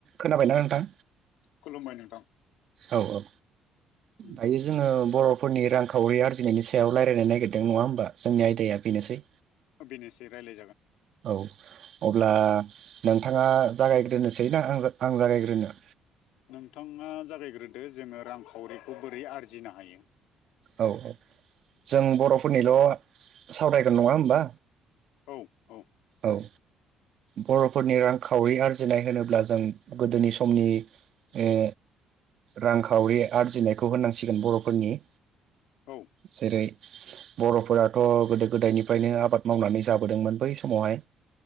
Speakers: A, on the right; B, on the left.
A: खोनाबायना नोंथां
B: खुलुमबाय नोंथां
A: औ औ
B: उम
A: दा जोङो बर'फोरनि रांखावरि आरजिनायनि सायाव रायज्लायनो नागिरदों नङा होमबा जोंनि आयदाया बेनोसै
B: बेनोसै रायलाय
A: औ अब्ला नोंथाङा जागायग्रोनोसै ना आं आं जागायग्रोनो
B: नोंथाङा जागायग्रोदो जोङो रांखावरिखौ बोरै आरजिनो हायो
A: औ औ जों बर'फोरनिल' सावरायगोन नङा होमबा
B: औ औ।
A: औ बर'फोरनि रांखावरि आरजिनाय होनोब्ला जों गोदोनि समनि ओ रांखावरि आरजिनायखौ होननांसिगोन बर'फोरनि
B: औ
A: जेरै बर'फोराथ' गोदो गोदायनिफ्रायनो आबाद मावनानै जाबोदोंमोन बै समावहाय